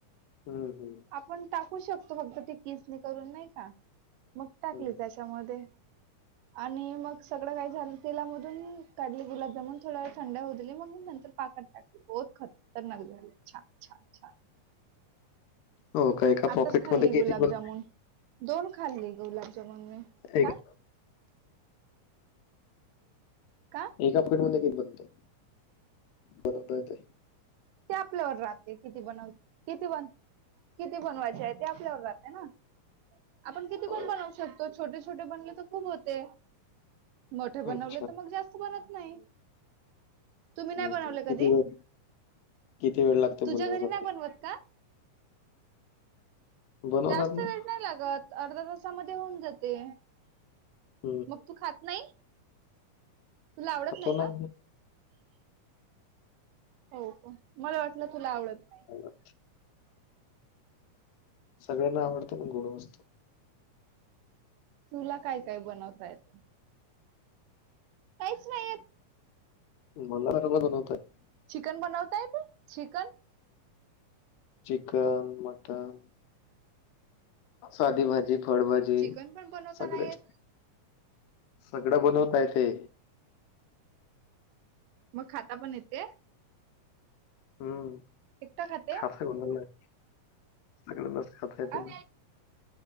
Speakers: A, on the left; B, on the right.
A: हम हम.
B: आपण टाकू शकतो फक्त ती किस् करून नाही का मग टाकली
A: हम्म.
B: त्याच्यामध्ये.
A: <inaudible>
B: आणि मग सगळं काय झालं तेलामधून काढले गुलाबजामुन थोड्यावेळ थंड होऊ दिली मग मी नंतर पाकात टाकल. बहोत खतरनाक झालं छान छान छान.
A: हो काय का.
B: आताच
A: पॉकेटमध्ये
B: खाल्ली
A: किती
B: गुलाबजामुन
A: बन
B: दोन खाल्ली गुलाबजामुन मी.
A: एकेकदा.
B: का का.
A: एका फंड मध्ये किती बनते बनवता येत.
B: ते आपल्यावर राहते किती बनव किती बन. किती बनवायचे आहे ते आपल्यावर राहतेय ना. आपण किती
A: हो.
B: पण बनवू शकतो छोटे छोटे बनले तर खूप होते. मोठे बनवले
A: अच्छा.
B: तर मग जास्त बनत नाही तुम्ही
A: हं,
B: नाही बनवले
A: हं. किती
B: कधी.
A: वेळ किती वेळ लागते
B: तुझ्या
A: बनवायसाठी?
B: घरी नाही बनवत का.
A: बनवतात
B: जास्त
A: ना.
B: वेळ नाही लागत अर्धा तासामध्ये होऊन जाते.
A: हम.
B: मग तू खात नाही, तुला आवडत
A: खातो
B: नाही
A: ना
B: का.
A: आम्ही
B: हो हो मला वाटलं तुला आवडत नाही.
A: हॅलो! सगळ्यांना आवडते ना गोड वस्तू.
B: तुला काय काय बनवता येत? काहीच नाही येत.
A: मला <unintelligible>
B: चिकन बनवता येत, चिकन
A: चिकन, मटन, साधी भाजी, फळभजी
B: चिकन पण बनवता
A: सगळेच.
B: नाही येत.
A: सगळं बनवता येतंय.
B: मग खाता पण येते?
A: हम्म,
B: एकटं खाते?
A: खात सगळस खाता येते
B: आ?
A: ना.